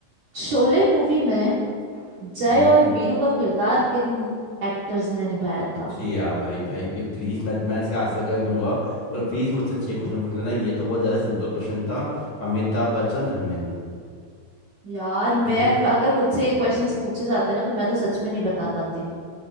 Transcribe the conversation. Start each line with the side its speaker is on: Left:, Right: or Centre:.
Right: शोले मूवी में जय
Left: हम्म
Right: और वीरू का किरदार किन एक्टर्स ने निभाया था
Left: जी यार भाई भाई ये प्लीज मैं मैं इसका आंसर कर दूंगा पर प्लीज मुझसे छह क्वेश्चन पूछ लेना ये तो बहुत ज्यादा सिंपल क्वेश्चन था अमिताभ बच्चन धर्मेंद्र
Right: यार
Left: ठीक
Right: मैं
Left: है
Right: अगर मुझसे ये क्वेश्चंस पूछे जाते ना तो मैं तो सच में नहीं बता पाती